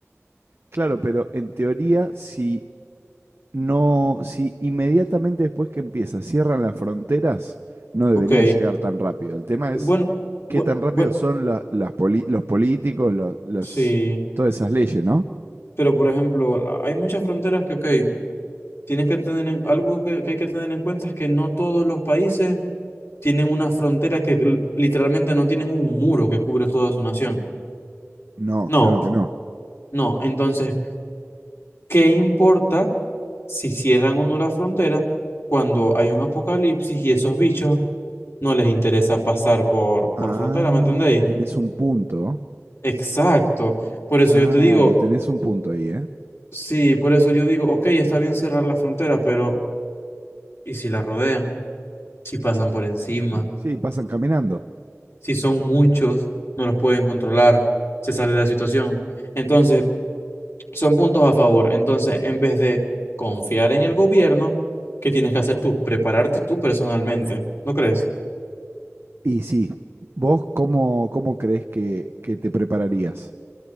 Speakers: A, on the right; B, on the left.
A: Claro, pero en teoría, si no, si inmediatamente después que empieza cierran las fronteras, no debería
B: Ok.
A: llegar tan rápido. El tema es
B: Bueno,
A: qué
B: bu-
A: tan rápido
B: bu-
A: son la- las poli- los políticos, los, los-
B: sí.
A: todas esas leyes, ¿no?
B: Pero por ejemplo, la- hay muchas fronteras que, ok, tienes que tener en- algo que, que hay que tener en cuenta es que no todos los países tienen una frontera que l- literalmente no tienen un muro que cubre toda su nación.
A: No,
B: No,
A: claro que no.
B: no. Entonces, ¿Qué importa si cierran o no la frontera cuando hay un apocalipsis y esos bichos no les interesa pasar por, por
A: Ah,
B: frontera, ¿me entendéis?
A: tenés un punto.
B: Exacto. Por
A: Claro,
B: eso yo te digo,
A: tenés un punto ahí, ¿eh?
B: sí, por eso yo digo, ok, está bien cerrar la frontera, pero ¿y si la rodean? Si pasan por encima,
A: Sí, pasan caminando.
B: si son muchos, no los pueden controlar, se sale de la situación. Entonces, son puntos a favor. Entonces, en vez de confiar en el gobierno, ¿qué tienes que hacer tú? Prepararte tú personalmente, ¿no crees?
A: Y sí, ¿vos cómo, cómo crees que, que te prepararías?